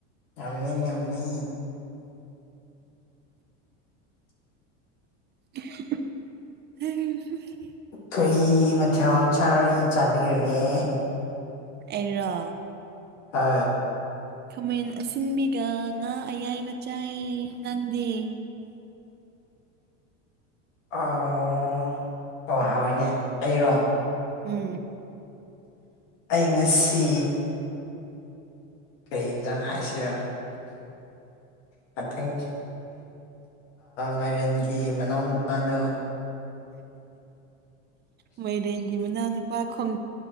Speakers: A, on the left (about 75°); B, on the right (about 30°).
A: ꯌꯥꯝꯅꯤ ꯌꯥꯝꯅꯤ
B: ꯍ
A: ꯀꯔꯤ ꯃꯊꯦꯜ ꯆꯥꯕꯤꯔꯒꯦ
B: ꯑꯦꯔ
A: ꯍ
B: ꯈꯥꯃꯦꯟ ꯑꯁꯤꯟꯕꯤꯒ ꯉꯥ ꯑꯌꯥꯏꯕ ꯆꯥꯏ ꯅꯪꯗꯤ <inaudible>
A: ꯑꯣ ꯑꯣ ꯍꯏꯅꯦ ꯑꯩꯔꯣ
B: ꯎꯝ
A: ꯑꯩ ꯉꯁꯤ ꯀꯩ ꯌꯦꯟꯖꯥꯡ ꯍꯥꯏꯁꯤꯔ ꯉꯇꯪ ꯃꯥꯏꯔꯦꯟꯒꯤ ꯃꯅꯥꯎ ꯅꯨꯨꯄꯥꯗꯣ
B: ꯃꯣꯏꯔꯦꯡꯒꯤ ꯃꯅꯥꯎ ꯅꯨꯄꯥ ꯈꯪ